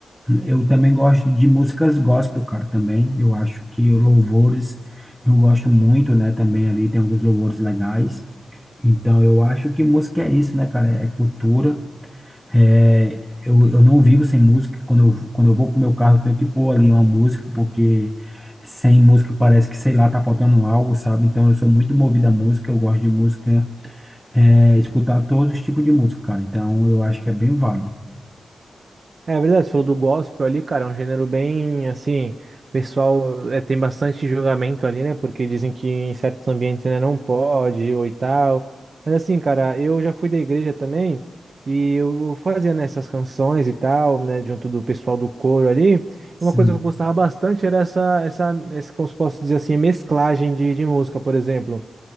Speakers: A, in the centre; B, on the right.
A: Eu também gosto de músicas gospel, cara, também. Eu acho que louvores, eu gosto muito, né? Também ali tem alguns louvores legais. Então, eu acho que música é isso, né, cara? É cultura. É, eu, eu não vivo sem música. Quando eu, quando eu vou pro meu carro, eu tenho que pôr ali uma música, porque sem música parece que, sei lá, tá faltando algo, sabe? Então eu sou muito movido à música, eu gosto de música, é, escutar todos os tipos de música, cara. Então eu acho que é bem válido.
B: É verdade, você falou do gospel ali, cara, é um gênero bem assim, o pessoal é, tem bastante julgamento ali, né? Porque dizem que em certos ambientes né, não pode ou e tal. Mas assim, cara, eu já fui da igreja também e eu fazia nessas canções e tal, né, junto do pessoal do coro ali.
A: Sim,
B: Uma coisa que eu gostava bastante era essa, essa, essa, como se posso dizer assim, mesclagem de, de música, por exemplo.